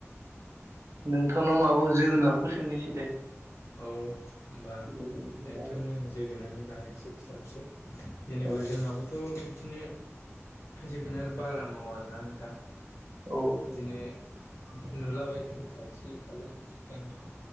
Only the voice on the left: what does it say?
औ होनबा
नोंथांनो
आं जोगोनारनि बागै एसे खिथाहनोसै जेनेबा
जोंहाबोथ' बिदिनो जोगोनार बारा मावा आरोना नोंथां
बिदिनो नुलाबायदों खाथि खाला गामियाव